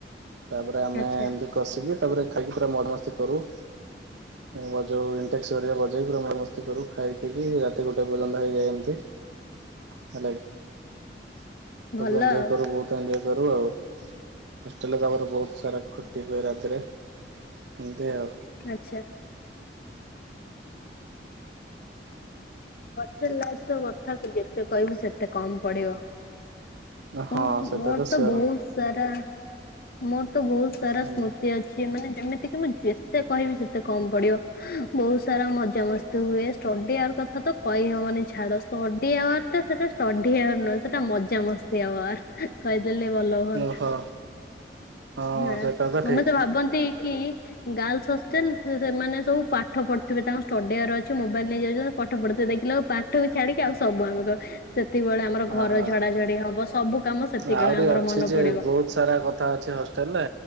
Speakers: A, on the right; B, on the left.
A: ତାପରେ ଆମେ
B: ଆଚ୍ଛା
A: ଏମିତି କଷିକି ତାପରେ ଖାଇକି ପୁରା ମଢା ମସ୍ତି କରୁ।
B: <inaudible>
A: ବଜାଉ ଇଣ୍ଟେକ୍ସ ହରିକା ବଜେଇକି ପୁରା ମେଳାମସ୍ତି କରୁ ଖାଇ ପିକି ରାତି ଗୋଟେ ପର୍ଯ୍ୟନ୍ତ ହେଇଯାଏ ଏମିତି।
B: <inaudible>
A: ହେଲାକି ସବୁ
B: ଭଲ
A: ଏଞ୍ଜୋଜଏ
B: ଆଉ
A: କରୁ, ବହୁତ ଏଜଏ କରୁ ଆଉ, ହଷ୍ଟେଲ ତମର ବହୁତ ସାରା ଖଟି ହୁଏ ରାତିରେ। ଏମିତି ଆଉ।
B: ଆଚ୍ଛା। ହଷ୍ଟେଲ ଲାଇଫ୍ ତ କଥା ଯେତେ କହିବୁ ସେତେ କମ୍ ପଢିବ।
A: ହଁ
B: ମୁଁ
A: ସେଟା
B: ମୋର ତ
A: ସିଓର
B: ବହୁତ ସାରା ମୋର ତ ବହୁତ ସାରା
A: ହୁଁ
B: ସ୍ମୃତି ଅଛି। ସେ ମାନେ ଯେମିତି କି ମୁଁ ଯେତେ କହିବି ସେତେ କମ୍ ପଡିବ ବହୁତ ସାରା ମଜା ମସ୍ତି ହୁଏ। ଷ୍ଟଡି ଔର କଥା ତ କହିହବନି ଛାଡ ଷ୍ଟଡି ଆୱାର ଟା ସେଟା ଷ୍ଟଡି ଆୱାର ନୁହେଁ ସେଟା ମଜାମସ୍ତି ଆୱାର। କହିଦେଲେ ଭଲ ହୁଅନ୍ତା
A: ଓହୋ ହଁ
B: ବାସ
A: ସେଇଟା ତ
B: ସମସ୍ତେ
A: ଠିକ।
B: ଭାବନ୍ତି। କି? ଗାର୍ଲସ ହଷ୍ଟେଲ ସେ ସେମାନେ ସବୁ ପାଠ ପଢୁଥିବେ ତାଙ୍କ ଷ୍ଟଡି ଆୱାର ଅଛି ମୋବାଇଲ ନେଇ ଯାଉଛନ୍ତି ପାଠ ପଢ଼ୁଥିବେ, ଦେ ଇଲେ ପାଠ କୁ ଛାଡିକି ଆଉ ସବୁ ଆମେକ ସେତିକିବେଳେ ଆମର
A: ଓହୋ
B: ଘର ଝଡା ଝଡି ହବ ସବୁ କାମ ସେତିକିବେଳେ
A: ଆହୁରି
B: ଆମର
A: ଅଛି
B: ମନେ
A: ଯେ
B: ପଡିବ।
A: ବହୁତ ସାରା କଥା ଅଛି ହଷ୍ଟେଲ୍ ରେ।